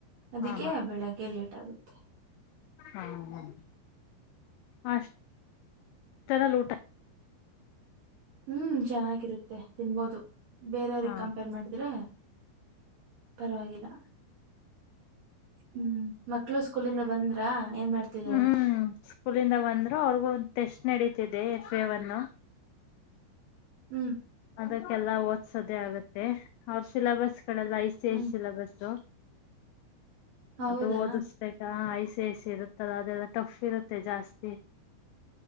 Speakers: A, on the right; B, on the left.
A: ಅದಕ್ಕೆ
B: ಹಾ
A: ಬೆಳಿಗ್ಗೆ ಲೇಟ್ ಆಗುತ್ತೆ.
B: ಹ ಹ ಅಷ್ಟರ ಊಟ
A: ಹ್ಮ್ ಚೆನ್ನಾಗಿರುತ್ತೆ ತಿನ್ಬೋದು. ಬೇರೆಯವರಿಗೆ
B: ಹಾ
A: ಕಂಪೇರ್ ಮಾಡಿದ್ರೆ, ಪರವಾಗಿಲ್ಲ. ಹ್ಮ್ ಮಕ್ಳು. ಸೂ ಕುಲಿಂದ ಬಂದ್ರಾ. ಏನ್ ಮಾಡ್ತಿದ್ದಾರೆ
B: ಹ್ಮ್ ಸ್ಕೂಲಿಂದ ಬಂದ್ರು. ಅವ್ರಿಗೂ ಟೆಸ್ಟ್, ನಡೀತಿದೆ ಎಫಎ ಒನ್
A: ಹ್ಮ್
B: ಅದಕ್ಕೆಲ್ಲಾ ಓದ್ಸೋದೇ ಆಗತ್ತೆ. ಅವ್ರ ಸಿಲೆಬಸ್. ಗಳಲ್ಲ ಐ ಸಿ
A: ಹ್ಮ್
B: ಐ ಸೆಲೆಬಸ್.
A: ಹೌದಾ
B: ಅದು ಓದಿಸ್ಬೇಕಾ ಆಯ ಸೇಸ ಇರುತ್ತಲ್ಲ ಅದೆಲ್ಲ ಟಫ್ ಇರುತ್ತೆ ಜಾಸ್ತಿ.